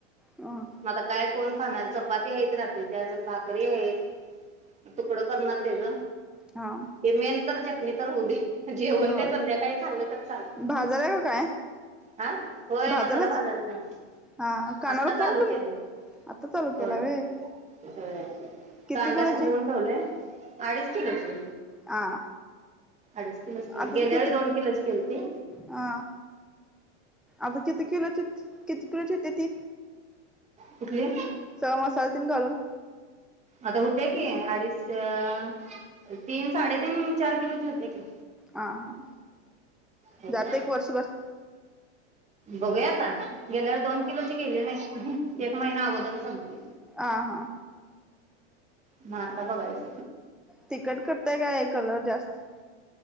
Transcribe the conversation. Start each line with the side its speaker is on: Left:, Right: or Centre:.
Centre: हा
Right: मला काय कोण खाणार चपाती आहेत रात्री त् भाकरी आहेत तुकड करणार त्याच
Centre: हा
Right: ते मेन तर चटणी तर होऊ दे. जेवण
Centre: होय
Right: काही संध्याकाळी खाल्लं तर चालत
Centre: भाजालाय का काय?
Right: हा होय
Centre: भाजालाच
Right: मसाला भाजायला
Centre: हा कानाला
Right: आता चालू
Centre: फोन करू
Right: केले
Centre: आता चालू
Right: होय.
Centre: केलाय व्हय
Right: हम्
Centre: किती
Right: कांदा
Centre: किलोची?
Right: शिजवून ठेवले. अडीच किलोची.
Centre: ह
Right: अडीच किलोच
Centre: आता
Right: गेल्या
Centre: तर किती
Right: वेळी दोन किलोची केलती
Centre: हा आता किती किलोची किती किलोची होती ती?
Right: कुठली?
Centre: सगळे मसाले तन घालून.
Right: आता होतीया की अडीच तीन साडेतीन चार किलोची होते की.
Centre: ह हा
Right: होत्या
Centre: जात एक वर्षभर?
Right: बघूया आता गेल्यावेळची दोन किलोची गेले नाही एक महिना अगोदर संपली.
Centre: आ हा
Right: मग आता बघायच.
Centre: तिकट करताय काय कलर जास्त